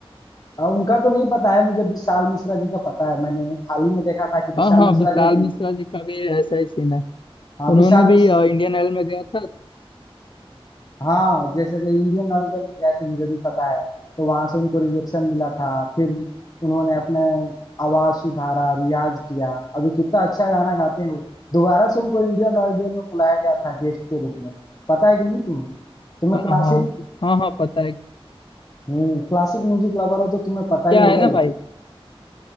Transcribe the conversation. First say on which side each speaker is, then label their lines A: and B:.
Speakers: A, on the left; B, on the left.
A: अब उनका तो नहीं पता है मुझे विशाल मिश्रा जी का पता है मैंने हाल ही में देखा था कि विशाल
B: हाँ हाँ
A: मिश्रा
B: विशाल
A: जी भी-
B: मिश्रा जी का भी ऐसा ही सीन है
A: हाँ
B: उन्होंने
A: विशाल
B: भी
A: मिश्रा
B: इंडियन आइडल में गया था
A: हाँ जैसे कि इंडियन ऑयल में गए थे मुझे भी पता है तो वहां से उनको रिजेक्शन मिला था फिर उन्होंने अपने आवाज सुधारा रियाज किया अभी कितना अच्छा गाना गाते हैं वो दोबारा से उनको इंडियन ऑयल में बुलाया गया था गेस्ट के रूप में पता है कि नहीं तुम्हें तुम्हें
B: हाँ
A: क्लासिक
B: हाँ हाँ हाँ पता है
A: हम्म क्लासिक म्यूजिक लवर हो तो तुम्हें पता
B: क्या
A: ही होगा
B: है ना भाई
A: ये